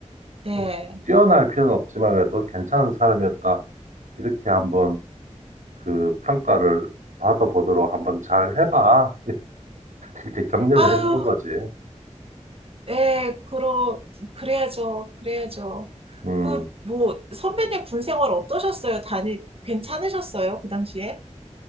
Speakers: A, on the right; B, on the right.
A: 네.
B: 어, 뛰어날 필요는 없지만 그래도 괜찮은 사람이었다. 이렇게 한번 그 평가를 받아보도록 한번 잘 해봐. 이렇게 격려를
A: 아유,
B: 해주는 거지.
A: 네, 그러, 그래야죠, 그래야죠.
B: 음,
A: 그, 뭐, 선배님 군 생활 어떠셨어요? 다니, 괜찮으셨어요? 그 당시에?